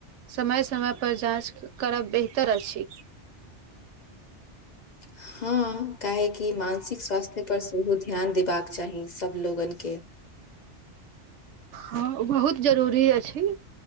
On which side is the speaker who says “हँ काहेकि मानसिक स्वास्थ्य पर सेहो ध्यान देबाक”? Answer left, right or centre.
Left